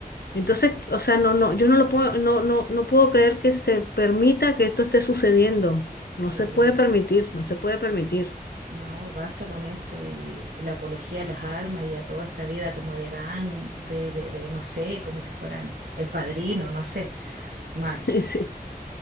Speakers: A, on the left (about 80°); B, on the right (about 80°).
A: Entonces, o sea, no, no, yo no lo puedo, no, no, no puedo creer que se permita que esto esté sucediendo. No
B: Sí,
A: se puede permitir, no se puede permitir.
B: no, basta con esto y la apología a las armas y a toda esta vida como de gang, de, de, de no sé, como si fueran el padrino, no sé, mal.
A: <laughs> Sí.